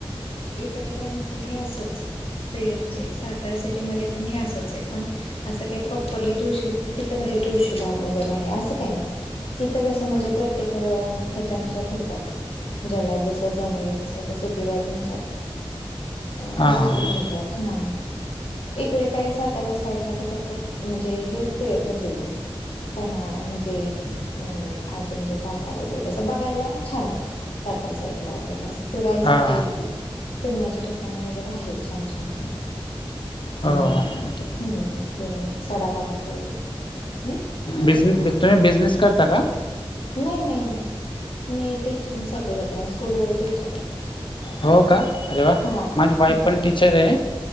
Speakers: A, on the left; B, on the left.
A: इकडे काय म्हणजे हे असच ते म्हणजे सातार सिटी मध्ये पण हे असच आहे पण. असं काय प्रॉपरली तुळशी तिथं कशी तुळशी बाग वगैरे आहे असं काही नाही. इथं कसं म्हणजे प्रत्येकी अ हयाच्यानुसार ठेवतात. ज्याला जसं जमेल तसं त्या सिटी वाईज नुसार. अ
B: हां
A: वस्तू मिळतात हा इकडे काय साता्या साईटला कस म्हणजे हे पेय प्रसिद्ध आहे. पण आ म्हणजे अ आजिंक्य तारा वगैरे असं बघायला छान आहे. साताऱ्या साईडला वगैरे असं फिराईसाठी.
B: हां
A: फिरण्याचे ठिकाणी वगैरे आहेत छान छान.
B: हो
A: होय हम्म हे सडावा कपूर हम.
B: बिझने तुम्ही बिझनेस करता का.
A: नाही नाही नाही मी टीचिंगसाठी जाते मी स्कूलवर टीचर आहे.
B: हो का अरे वा
A: हा हा
B: माझी वाईफ पण टीचर आहे.